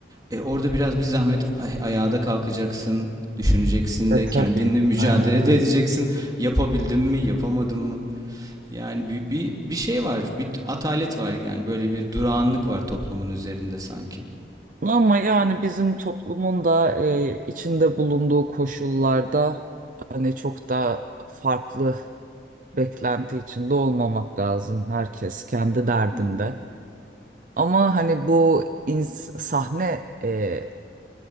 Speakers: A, on the right; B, on the right.
A: E, orada biraz bir zahmet ay- ayağa da kalkacaksın, düşüneceksin
B: E
A: de kendinle
B: tabii.
A: mücadele
B: Aynen öyle.
A: de edeceksin. Yapabildim mi, yapamadım mı? Yani bir, bir, bir şey var, bir atalet var yani böyle bir durağanlık var toplumun üzerinde sanki.
B: Ama yani bizim toplumun da e, içinde bulunduğu koşullarda hani çok da farklı beklenti içinde olmamak lazım. Herkes kendi derdinde.
A: Hmm.
B: Ama hani bu ins- sahne e,